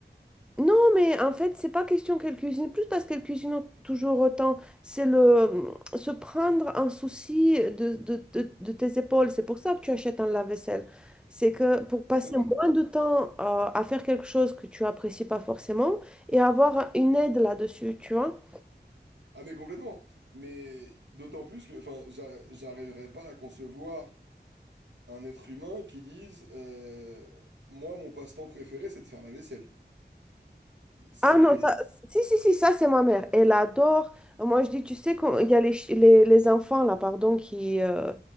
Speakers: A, in the centre; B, on the right (about 80°).
A: non, mais en fait, c'est pas question qu'elle cuisine plus parce qu'elle cuisine au- toujours autant. C'est le mmh, se prendre un souci de, de, de, de tes épaules. C'est pour ça que tu achètes un lave-vaisselle. C'est que pour passer
B: Ah, c'est vrai.
A: moins de temps euh, à faire quelque chose que tu apprécies pas forcément et avoir une aide là-dessus, tu vois.
B: Ah mais complètement. Mais d'autant plus que, enfin, j'a- j'arriverais pas à concevoir un être humain qui dise, euh, moi, mon passe-temps préféré, c'est de faire la vaisselle. C'est...
A: Ah non, ça, si, si, si, ça c'est ma mère. Elle adore. Moi je dis, tu sais, quand il y a les, ch- les, les enfants là, pardon, qui, euh,